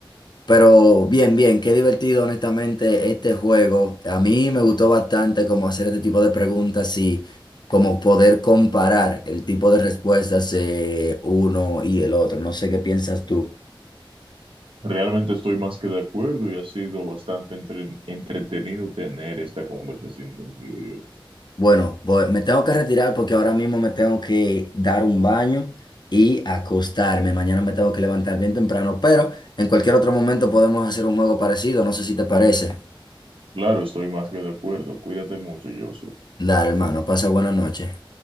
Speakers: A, on the left; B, on the right.
A: Pero bien, bien, qué divertido honestamente este juego. A mí me gustó bastante como hacer este tipo de preguntas y como poder comparar el tipo de respuestas eh, uno y el otro. No sé qué piensas tú.
B: Realmente estoy más que de acuerdo y ha sido bastante entre- entretenido tener esta conversación contigo, yo.
A: Bueno, voy- me tengo que retirar porque ahora mismo me tengo que dar un baño y acostarme. Mañana me tengo que levantar bien temprano, pero en cualquier otro momento podemos hacer un juego parecido. No sé si te parece.
B: Claro, estoy más que de acuerdo. Cuídate mucho, yo
A: Dale, hermano, pasa buena noche.